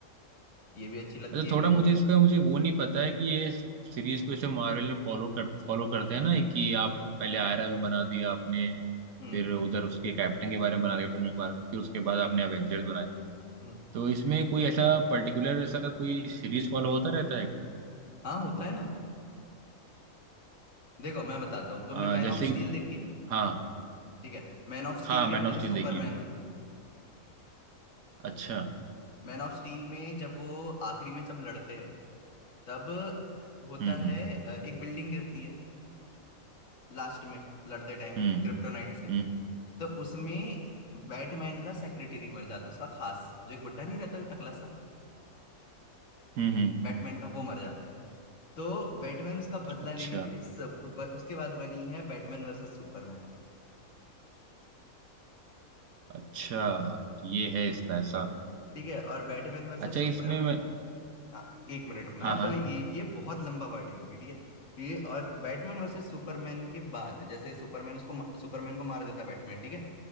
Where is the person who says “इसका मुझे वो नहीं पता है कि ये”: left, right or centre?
Right